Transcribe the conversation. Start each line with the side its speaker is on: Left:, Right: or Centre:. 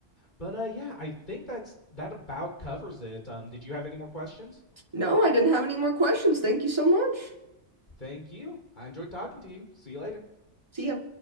Left: But uh, yeah, I think that's that about covers it. Um, did you have any more questions?
Right: No, I didn't have any more questions. Thank you so much.
Left: Thank you. I enjoyed talking to you. See you later.
Right: See ya.